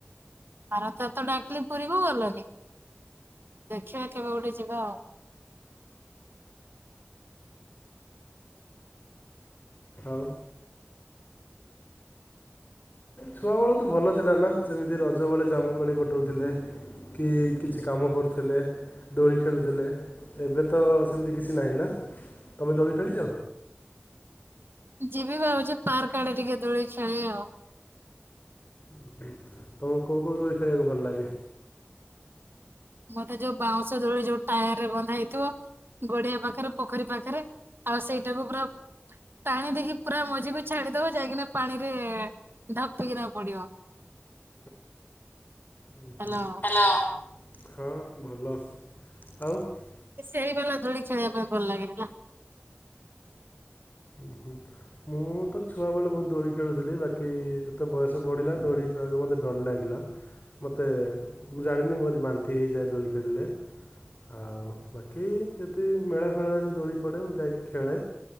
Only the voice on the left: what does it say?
ଆଉ। ଛୁଆ ବେଳ ତ ଭଲ ଥିଲା ନା ଯେମିତି ରଜ ବେଳେ ଜାମୁକୋଳି ଗୋଟଉଥିଲେ। କି କିଛି କାମ କର୍ଥିଲେ। ଦୋଳି ଖେଳୁଥିଲେ ଏବେ ତ ସେମ୍ତି କିଛି ନାଇଁ ନା ତମେ ଦୋଳି ଖେଳିଚ।
<inaudible> ତମକୁ କୋଉ କୋଉ ଦୋଳି ଖେଳିବାକୁ ଭଲ ଲାଗେ।
ଉଁ
ହୁଁ ହଁ ଭଲ ଆଉ
ଉ ହୁଁ ମୁଁ ତ ଛୁଆ ବେଳେ ବହୁତ ଦୋଳି ଖେଳୁଥିଲି ବାକି ଯେ ତେ ବୟସ ବଢ଼ିଲା ଦୋଳି ଖେଳିବାକୁ ମୋତେ ଡର ଲାଗିଲା। ମତେ ମୁଁ ଜାଣିନି ମୋରି ବାନ୍ତି ହେଇଯାଏ ଦୋଳି ଖେଳିଲେ। ଆଉ ବାକି ଯେତିି ମେଳା ଫେଳାରେ ଯୋଉ ଦୋଳି ପଡ଼େ ମୁଁ ଯାଇକି ଖେଳେ।